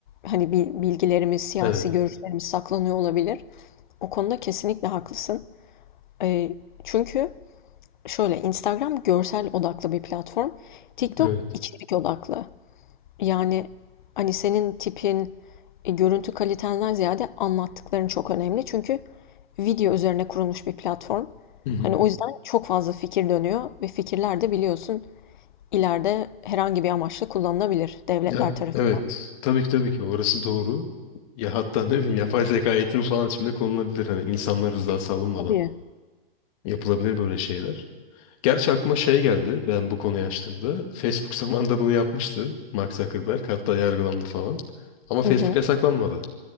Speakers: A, on the left; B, on the left.
A: hani bir bilgilerimiz, siyasi
B: Evet.
A: görüşlerimiz saklanıyor olabilir. O konuda kesinlikle haklısın. E, çünkü şöyle Instagram görsel odaklı bir platform. TikTok
B: Evet.
A: içerik odaklı. Yani hani senin tipin, e, görüntü kalitenden ziyade anlattıkların çok önemli. Çünkü video üzerine kurulmuş bir platform.
B: Hı hı.
A: Hani o yüzden çok fazla fikir dönüyor ve fikirler de biliyorsun ileride herhangi bir amaçla kullanılabilir devletler
B: Ya
A: tarafından.
B: evet. Tabii ki tabii ki orası doğru. Ya hatta ne bileyim yapay zeka eğitimi falan içinde konulabilir. Hani insanlar rızası alınmadan.
A: Tabii.
B: Yapılabilir böyle şeyler. Gerçi aklıma şey geldi ben bu konuyu açtığımda. Facebook <laughs> zamanında bunu yapmıştı Mark Zuckerberg. Hatta yargılandı falan. Ama Facebook
A: Hı hı.
B: yasaklanmadı.